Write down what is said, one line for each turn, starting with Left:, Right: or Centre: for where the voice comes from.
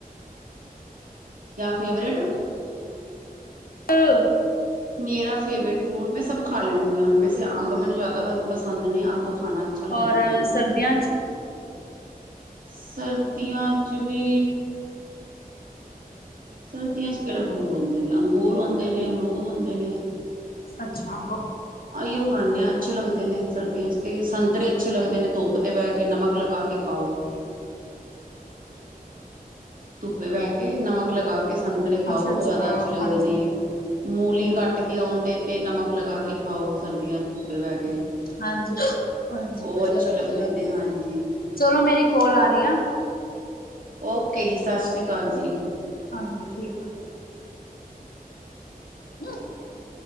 Right: ਜਾਂ ਫੇਵਰੇਟ
Left: ਹਾ
Right: ਮੇਰਾ ਫੇਵਰੇਟ ਫਰੂਟ, ਮੈਂ ਸਭ ਖਾ ਲੈਨੀ ਆ, ਵੈਸੇ ਅੰਬ ਮੈਨੂੰ ਜਿਆਦਾ ਪਸੰਦ ਨੇ, ਅੰਬ ਖਾਣਾ ਅੱਛਾ ਲੱਗਦਾ
Left: ਔਰ
Right: ਮੈਂਨੂ।
Left: ਸਰਦੀਆਂ 'ਚ
Right: ਸਰਦੀਆਂ ਚ ਵੀ ਸਰਦੀਆਂ ਚ ਕੇੜਾ ਫਰੂਟ ਹੁੰਦੇ ਨੇ, ਅੰਗੂਰ ਹੁੰਦੇ ਨੇ, ਅਮਰੂਦ ਹੁੰਦੇ ਨੇ।
Left: ਅੱਛਾ
Right: ਆਈਓ ਖਾਂਦੇ ਹਾਂ ਅੱਛੇ ਲੱਗਦੇ ਨੇ, ਸਰਦੀਆਂ ਚ ਤੇ ਸੰਤਰੇ ਅੱਛੇ ਲੱਗਦੇ ਨੇ, ਧੁੱਪ ਤੇ ਬਹਿ ਕੇ, ਨਮਕ ਲਗਾ ਕੇ ਖਾਔ।
Left: ਖਾਲੀ <unintelligible>
Right: ਧੁੱਪੇ ਬਹਿ ਕੇ, ਨਮਕ ਲਗਾ ਕੇ, ਸੰਤਰੇ ਖਾਓ
Left: ਅੱਛਾ ਅੱਛਾ
Right: ਔ ਜਿਆਦਾ ਅੱਛੇ ਲੱਗਦੇ
Left: ਹਾਂਜੀ
Right: ਨੇ। ਮੂਲੀ ਕੱਟ ਕੇ ਆਉਂਦੇ ਤੇ ਨਮਕ ਲਗਾ ਕੇ ਖਾਔ, ਸਰਦੀਆਂ ਚ, ਧੁੱਪੇ ਬਹਿ ਕੇ।
Left: ਹਾਂਜੀ ਹਾਂਜੀ
Right: ਉਹ
Left: ਵਧੀਆ
Right: ਅੱਛੇ
Left: ਲੱਗਦੇ ਆ।
Right: ਨੇ ਹਾਂਜੀ
Left: ਚਲੋ ਮੇਰੀ ਕੋਲ ਆ ਰਹੀ ਆ।
Right: ਓਕੇ ਜੀ, ਸਤਿ ਸ਼੍ਰੀ ਅਕਾਲ ਜੀ।
Left: ਹਾਂਜੀ ਠੀਕ ਆ <inaudible>